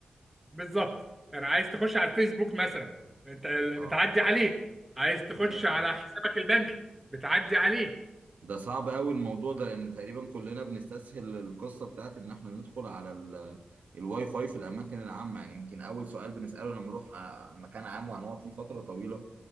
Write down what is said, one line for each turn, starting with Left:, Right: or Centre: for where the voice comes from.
Centre: بالظبط يعني عايز تخش على الفيسبوك مثلا انت
Right: اه
Centre: بتعدي عليه عايز تخش
Right: تمام
Centre: على حسابك البنكي بتعدي عليه
Right: ده صعب قوي الموضوع ده لان تقريبا كلنا بنستسهل القصه بتاعت ان احنا ندخل على ال- الواي فاي في الاماكن العامه يعني يمكن اول سؤال بنساله لما نروح آه، مكان عام وهنقعد فيه فتره طويله